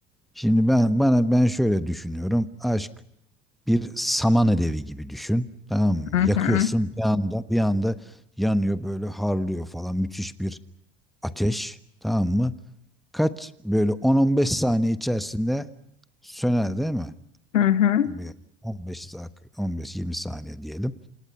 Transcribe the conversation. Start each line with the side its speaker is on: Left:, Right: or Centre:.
Centre: şimdi ben bana ben şöyle düşünüyorum. Aşk bir saman alevi gibi düşün. Tamam mı?
Left: Hı
Centre: Yakıyorsun
Left: hı,
Centre: bir anda bir anda yanıyor böyle harlıyor falan müthiş bir ateş. Tamam mı? Kaç böyle 10-15 saniye içerisinde söner değil mi?
Left: hı hı.
Centre: bir 15 dak 15-20 saniye diyelim.